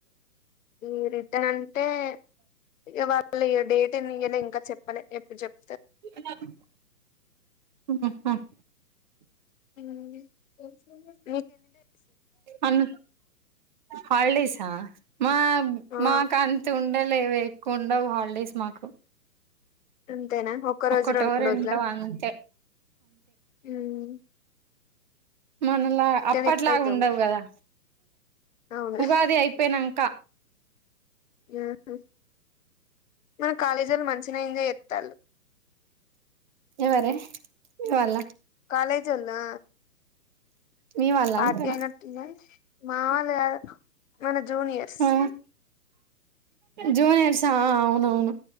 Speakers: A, on the left (about 55°); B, on the right (about 30°).
A: ఊ రిటన్ అంటే ఇగ వాళ్ళ లు ఇగ డేట్ ఏం ఇయ్యలే ఇంకా చెప్పాలె ఎప్పు చెప్
B: అన్న ఉ హ్మ్ హ్
A: ఏమైంది <inaudible>
B: అన్ హాలిడేస్ ఆ మా
A: ఆ
B: మాకంతు ఉండవు లేవే. కుండవు హాల్డేస్ మాకు
A: అంతేనా ఒక్క రోజు
B: ఒక్కటో
A: రెండు
B: రెండో
A: రోజుల
B: అంతే
A: హుమ్
B: మనలాగ అప్పట్లాగ
A: ఎప్పుడైతావు
B: ఉండవు
A: మరి?
B: కదా
A: అవును
B: ఉగాది అయిపోయినంక
A: ఆహా. మన కాలేజోళ్ళు మంచినే ఎంజాయ్ ఎత్ త్తాళ్లు
B: ఎవరే మీవాళ్ళ
A: కాలేజ్ ఉందా
B: మీ వాళ్ళ
A: పార్టీ
B: అంటనా
A: అయినట్టు ఉందిగా మావొల్లు కాదు మన జూనియర్స్
B: ఆ జూనియర్స్ ఆ అవునవును